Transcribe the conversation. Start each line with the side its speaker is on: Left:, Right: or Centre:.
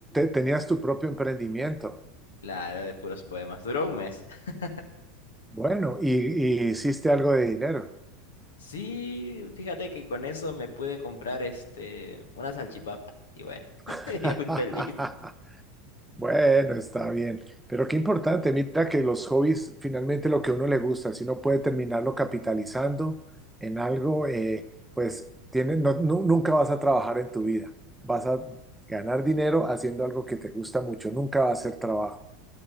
Centre: tenías tu propio emprendimiento.
Left: Claro, de puros poemas. Duró un mes. <laughs>
Centre: Bueno, y, y hiciste algo de dinero.
Left: Sí, fíjate que con eso me pude comprar este una salchipapa y bueno, <laughs>
Centre: <laughs>
Left: yo fui feliz.
Centre: Bueno, está bien, pero qué importante, mira que los hobbies, finalmente lo que a uno le gusta, si uno puede terminarlo capitalizando en algo, eh, pues tiene, no- nu- nunca vas a trabajar en tu vida, vas a ganar dinero haciendo algo que te gusta mucho, nunca va a ser trabajo,